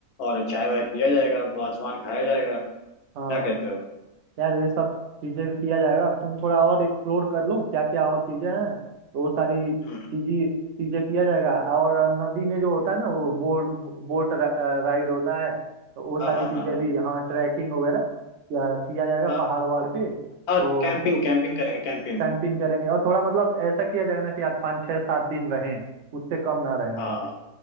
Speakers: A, on the left (about 75°); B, on the right (about 65°).
A: और चाय वाय पिया जाएगा वाजवान खाया जाएगा क्या
B: हाँ
A: कहते हो
B: यार ये सब चीजें किया जाएगा तुम थोड़ा और एक्सप्लोर कर लो क्या क्या और चीजें हैं तो वो सारी चीजें
A: हम्म,
B: चीजें किया जाएगा और नदी में जो होता है ना वो बोट बोट राइड होता है तो वो सारी
A: हाँ हाँ
B: चीजें
A: हाँ हाँ
B: भी हाँ ट्रैकिंग वगैरह किया किया जाएगा
A: हाँ
B: पहाड़ वहाड़ पे तो
A: हाँ कैंपिंग कैंपिंग करेंगे कैंपिंग
B: कैंपिंग करेंगे और थोड़ा मतलब ऐसा किया जाएगा ना कि यार पाँच छः सात दिन रहें उससे कम ना रहें वहाँ
A: हाँ
B: पे